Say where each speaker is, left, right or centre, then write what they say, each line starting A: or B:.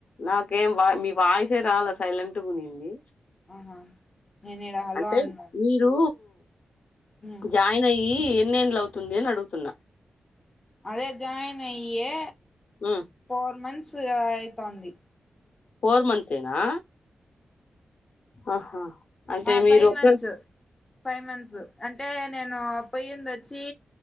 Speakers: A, on the left (about 55°); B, on the left (about 20°).
A: నాకేం వా మీ వాయిసే రాలా సైలెంట్గా ఉన్నింది
B: ఆహా నేను ఈడ హలో
A: అంటే
B: అన్నాను
A: మీరు
B: ఉమ్
A: జాయిన్ అయ్యి ఎన్నేళ్లవుతుంది అని అడుగుతున్నా
B: అదే జాయిన్ అయ్యే
A: ఉమ్
B: ఫోర్ మంత్స్ అయితాంది
A: ఫోర్ మంత్స్ ఏనా ఆహా అంటే
B: ఆ
A: మీరు
B: ఫైవ్
A: ఒక్కరు
B: మంత్స్ ఫైవ్ మంత్స్ అంటే నేను పోయ్యంది వచ్చి